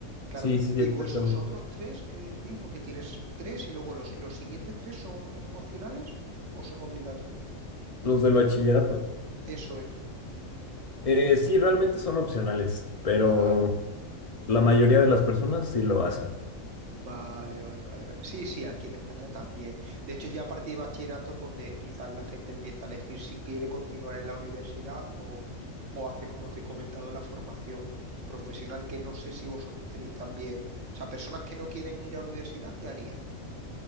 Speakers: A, on the right (about 65°); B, on the left (about 45°).
A: Claro,
B: sí, sí,
A: y
B: exactamente.
A: vuesos otros tres, ¿qué decir? Porque tienes tres y luego los, los siguientes tres son opcionales o son obligatorios.
B: Los del bachillerato.
A: Eso es.
B: Eh, sí, realmente son opcionales, pero
A: Vale,
B: la mayoría de las personas sí lo hacen.
A: vale, vale, vale, vale. Sí, sí, aquí en España también. De hecho, ya a partir de bachillerato es donde quizás la gente empieza a elegir si quiere continuar en la universidad o, o hace, como te he comentado, la formación profesional, que no sé si vosotros tenéis también. O sea, personas que no quieren ir a universidad, ¿qué harían?